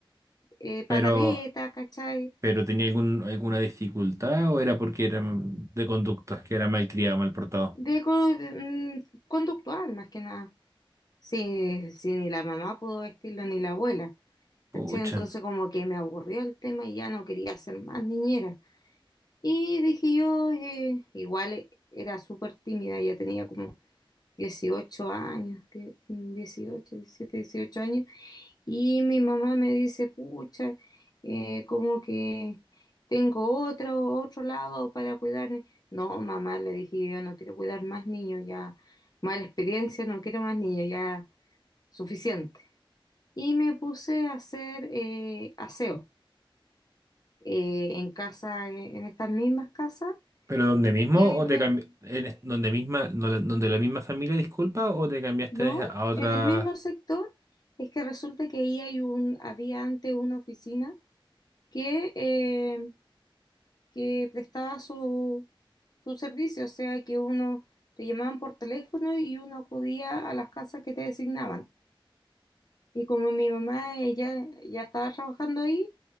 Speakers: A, on the left; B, on the right.
A: eh,
B: pero,
A: pataleta, ¿cachai?
B: pero tenía algún, alguna dificultad o era porque era de conductas, que era mal criado, mal portado.
A: De, co- mm, conductual, más que nada. Sí, sí, ni la mamá pudo vestirlo, ni la abuela.
B: Pucha.
A: ¿Cachai? Entonces como que me aburrió el tema y ya no quería ser más niñera. Y dije yo, eh, igual e- era súper tímida, ya tenía como 18 años, die- 18, 17, 18 años. Y mi mamá me dice, pucha, eh, como que tengo otro, otro lado para cuidar. ni-". No, mamá, le dije, yo no quiero cuidar más niños, ya, mala experiencia, no quiero más niños, ya, suficiente. Y me puse a hacer eh, aseo eh, en casa, eh, en estas mismas casas,
B: ¿Pero donde mismo
A: y ahí
B: o
A: me,
B: te cambi- en- es- donde misma, donde donde la misma familia, disculpa, o te cambiaste
A: no,
B: a otra
A: en el mismo sector, es que resulta que ahí hay un, había antes una oficina que... eh, que prestaba su, su servicio, o sea que uno te llamaban por teléfono y uno acudía a las casas que te designaban. Y como mi mamá eh, ya, ya estaba trabajando ahí,